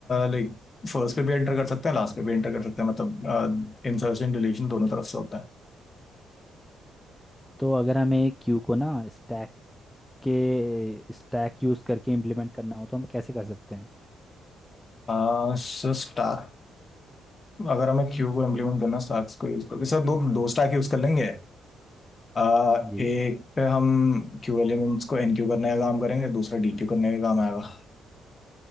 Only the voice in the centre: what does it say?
तो अगर हमें क्यू को ना स्टैक के स्टैक यूज करके इम्प्लीमेंट करना हो तो हम कैसे कर सकते हैं
जी